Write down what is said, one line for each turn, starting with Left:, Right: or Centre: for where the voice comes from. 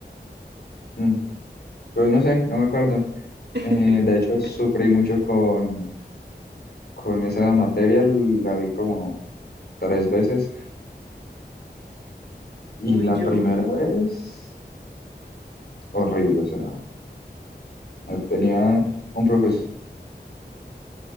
Left: mm, pues no sé, no me acuerdo.
Right: <laughs>
Left: Eh, de hecho, sufrí mucho con Con esa materia la vi como tres veces y
Right: Uy,
Left: la
Right: yo...
Left: primera vez horrible, o sea, tenía un profesor,